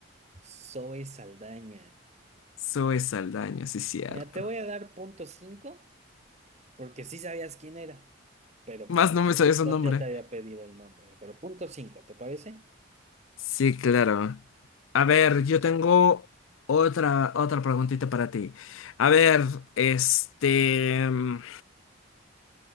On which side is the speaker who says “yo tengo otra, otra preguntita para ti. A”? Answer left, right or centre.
Left